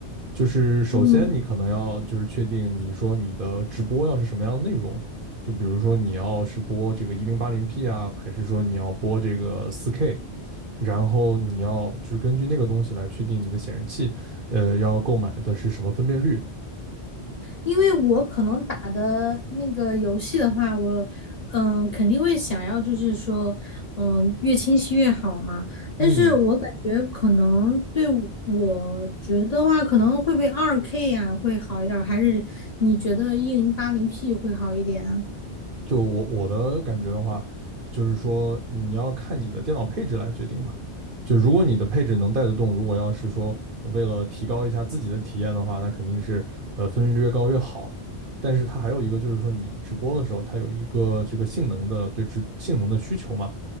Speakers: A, on the right; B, on the left.
A: 就是首先你可能要就是确定你说你的直播要是什么样的内容，
B: 嗯，
A: 就比如说你要是播这个一零八零 P 啊，还是说你要播这个四 K，然后你要就是根据那个东西来确定你的显示器，呃，要购买的是什么分辨率，
B: 因为我可能打的那个游戏的话，我嗯肯定会想要，就是说嗯越清晰越好嘛。但是我感觉可能对我我觉得话，
A: 嗯，
B: 可能会被二 K 呀、会好一点儿，还是你觉得一零八零 P 会好一点啊？
A: 就我我的感觉的话，就是说你要看你的电脑配置来决定嘛。就如果你的配置能带得动，如果要是说为了提高一下自己的体验的话，那肯定是呃分辨率越高越好。但是它还有一个就是说，你直播的时候，它有一个这个性能的对直性能的需求嘛，